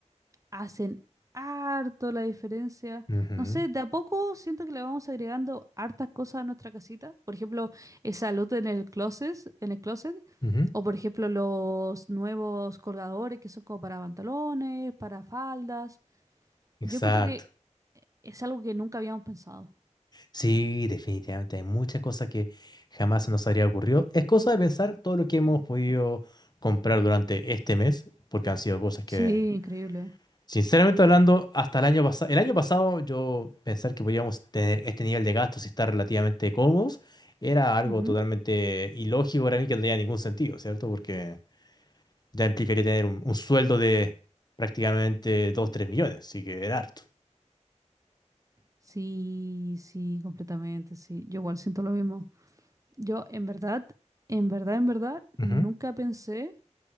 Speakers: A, on the right; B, on the left.
A: hacen harto la diferencia.
B: Ujú,
A: No sé, de a poco siento que le vamos agregando hartas cosas a nuestra casita. Por ejemplo, esa luz en el closet, en el closet.
B: ujú,
A: O por ejemplo, los nuevos colgadores que son como para pantalones, para faldas.
B: Exacto.
A: Yo encuentro que es algo que nunca habíamos pensado.
B: Sí, definitivamente hay muchas cosas que jamás se nos habría ocurrido. Es cosa de pensar todo lo que hemos podido comprar durante este mes, porque han sido cosas que,
A: Sí, increíble.
B: sinceramente hablando, hasta el año pasado, el año pasado yo pensar que podíamos tener este nivel de gastos y estar relativamente cómodos era algo
A: Ujú.
B: totalmente ilógico para mí que no tenía ningún sentido, ¿cierto? Porque ya implicaría tener un, un sueldo de prácticamente dos tres millones, así que era harto.
A: Sí, sí, completamente, sí. Yo igual siento lo mismo. Yo en verdad, en verdad, en verdad,
B: Ujú,
A: nunca pensé.